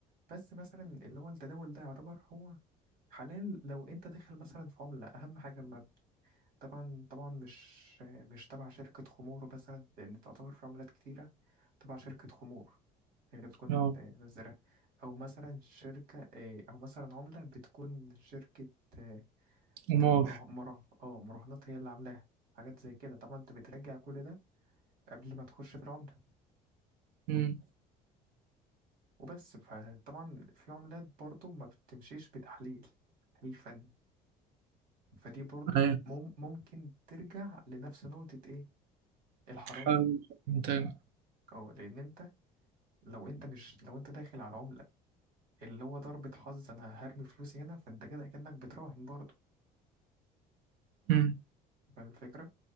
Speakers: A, on the right (about 65°); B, on the right (about 80°).
A: بس مثلا اللي هو التداول ده يعتبر هو حلال لو انت داخل مثلا في عملة اهم حاجة ما طبعا طبعا مش مش تبع شركة خمور مثلا لان تعتبر في عملات كتيرة تبع شركة خمور هي اللي بتكون من-
B: اه
A: منزلة او مثلا شركة اه، او مثلا عملة بتكون شركة اه، ده
B: قمار
A: مراه مراه اه مراهنات هي اللي عاملاها حاجات زي كده طبعا انت بتراجع كل ده قبل ما تخش في العملة
B: امم
A: وبس فطبعا في عملات برضو ما بتمشيش بتحليل تحليل فني فدي برضو
B: ايوه
A: مم ممكن ترجع لنفس نقطة ايه الحرام
B: حلال تاني
A: او لان انت لو انت مش لو انت داخل على عملة اللي هو ضربة حظ انا هرمي فلوسي هنا فانت كده كأنك بتراهن برضو
B: امم
A: فاهم الفكرة